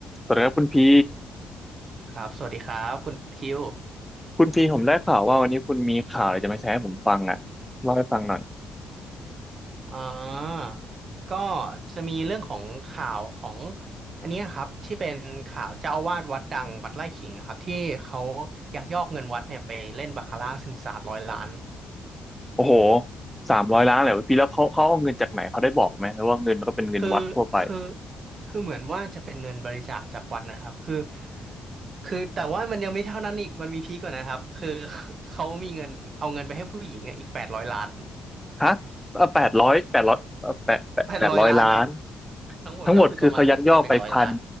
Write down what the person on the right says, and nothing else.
ครับสวัสดีครับคุณคิว
อ่าก็จะมีเรื่องของข่าวของอันเนี้ยครับที่เป็นข่าวเจ้าอาวาสวัดดังวัดไร่ขิงอะครับที่เขายักยอกเงินวัดเนี่ยไปเล่นบาคาร่าถึงสามร้อยล้าน
คือคือคือเหมือนว่าจะเป็นเงินบริจาคจากวัดนะครับคือคือแต่ว่ามันยังไม่เท่านั้นอีกมันมีพีกกว่านะครับคือ <laughs> เขามีเงินเอาเงินไปให้ผู้หญิงอะอีกแปดร้อยล้าน
แปดร้อยล้านครับทั้งหมดก็คือประมาณหนึ่งพันหนึ่งร้อยล้าน